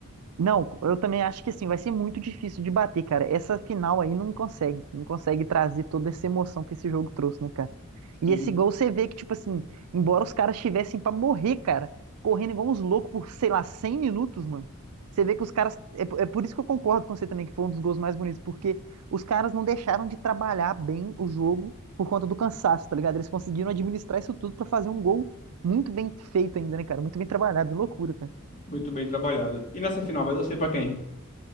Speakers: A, on the right (about 85°); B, on the left (about 35°).
A: Não, eu também acho que assim, vai ser muito difícil de bater, cara. Essa final aí não consegue, não consegue trazer toda essa emoção que esse jogo trouxe, né, cara? E
B: Sim,
A: esse gol você vê que, tipo assim, embora os caras estivessem pra morrer, cara, correndo igual uns loucos por, sei lá, 100 minutos, mano. Você vê que os caras. É, po- é por isso que eu concordo com você também, que foi um dos gols mais bonitos, porque os caras não deixaram de trabalhar bem o jogo por conta do cansaço, tá ligado? Eles conseguiram administrar isso tudo pra fazer um gol muito bem feito ainda, né, cara? Muito bem trabalhado, é loucura, cara.
B: muito bem trabalhado. E nessa final vai torcer pra quem?